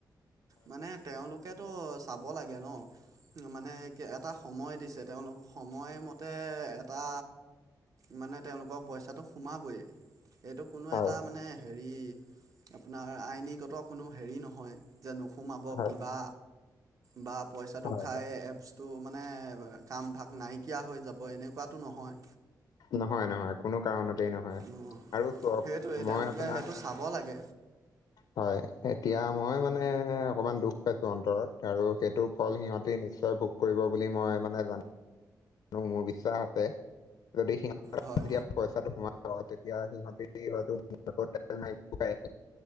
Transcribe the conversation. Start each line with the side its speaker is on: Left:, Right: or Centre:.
Right: মানে তেওঁলোকেতো চাব লাগে ন? মানে এটা সময় দিছে, তেওঁলোক সময় ম তে এটা 'মানে তেওঁলোকৰ পইচাটো সোমাবই। এইটো কোনো
Left: হয়
Right: এটা মানে হেৰি আপোনাৰ আইনীগত কোনো হেৰি নহয় যে, নোসোমাব
Left: হয়
Right: কিবা, বা পইচাটো
Left: হয়
Right: খাই এপ বস্তু মানে কামভাগ নাইকিয়া হৈ যাব, এনেকুৱাতো নহয়।
Left: নহয় নহয়। কোনো কাৰণতেই নহয়
Right: অ
Left: আৰু চক
Right: সেইটোৱে তেওঁলোকে
Left: মই আপোনাক
Right: সেইটো চাব লাগে।
Left: হয় এতিয়া মই মানে অকমান দুখ পাইছো অন্তৰত আৰু সেইটো ফল সিহঁতি নিশ্চয় ভুক কৰিব বুলি মই মানে জান নো, মোৰ বিশ্বাস আছে। যদি সিহঁ
Right: হয়।
Left: পইচাটো কমাব তেতিয়া সিহঁতে সিহঁত মাৰিব প <unintelligible>